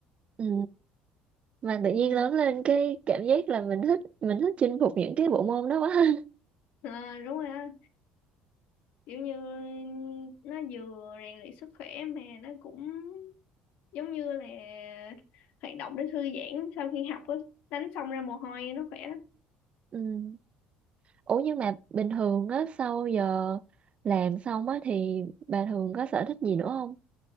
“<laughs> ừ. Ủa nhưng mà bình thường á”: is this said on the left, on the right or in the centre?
Right